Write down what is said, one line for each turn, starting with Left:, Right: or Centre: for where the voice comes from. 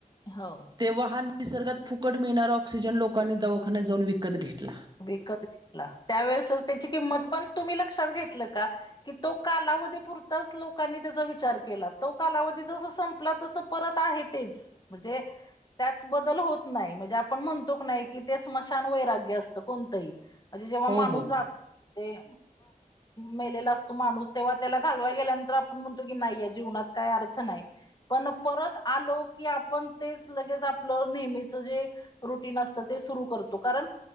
Left: हो
Right: तेव्हा हा निसर्गात फुकट मिळणारा ऑक्सिजन लोकांनी दवाखान्यात जाऊन विकत घेतला.
Left: विकत घेतला. त्यावेेळेसच त्याची किंमत पण तुम्ही लक्षात घेतलं का! की तो कालावधी पुरतच लोकांनी त्याचा विचार केला. तो कालावधी जस सपं ल पर आहे तेच म्हणजे त्यात बदल होत नाही. म्हणजे आपण म्हणतो की नाही. ते स्मशान वैराग्य असत. कोणतही म्हणजे जेव्हा
Right: हो
Left: माणूस
Right: हो
Left: जातो ते मेलेला असतो. माणूस तेव्हा त्याला घालवा गेल्यानंतर आपण म्हणतो की नाही. या जीवनात काय अ र्थ नाही. पण परत आलो. की आपण तेच लगेच आपलं नेहमीच जे रुटीन असत. ते सुरू करतो. कारण